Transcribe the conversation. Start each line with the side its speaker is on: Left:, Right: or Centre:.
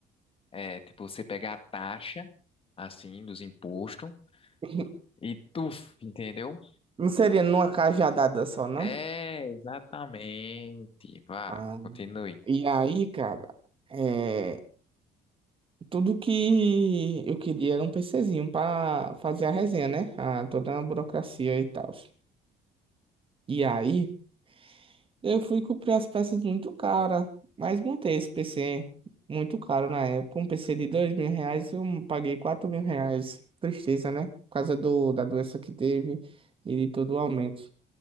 Left: É, tipo, você pega a taxa, assim, dos impostos
Right: <laughs>
Left: e tuf, entendeu?
Right: Não seria numa cajadada só, não?
Left: É, exatamente. Vá,
Right: Ah,
Left: continue.
Right: e aí, cara, é, tudo que eu queria era um PCzinho pra fazer a resenha, né? Ah, toda a burocracia e tal. E aí. Eu fui comprar as peças muito cara, mas montei esse PC muito caro na época. Um PC de dois mil reais, eu paguei quatro mil reais. Tristeza, né? Por causa do, da doença que teve e de todo o aumento.